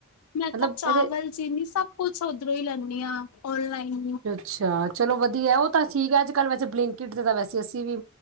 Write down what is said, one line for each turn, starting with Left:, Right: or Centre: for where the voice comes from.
Left: ਐ ਮੈਂ
Right: ਮਤਲਬ
Left: ਤਾਂ ਚਾਵਲ
Right: ਇਹਦੇ
Left: ਚੀਨੀ ਸਭ ਕੁਛ ਓਦਰੋਂ ਈ ਲੈਂਨੀ ਆਂ ਓਨਲਾਈਨ ਈ।
Right: ਛਾ ਚਲੋ ਵਧੀਆ ਓ ਤਾਂ ਠੀਕ ਆ ਅੱਜ-ਕੱਲ ਵੈਸੇ ਬਲਕਟ ਦੇ ਤਾਂ ਵੈਸੇ ਅਸੀਂ ਵੀ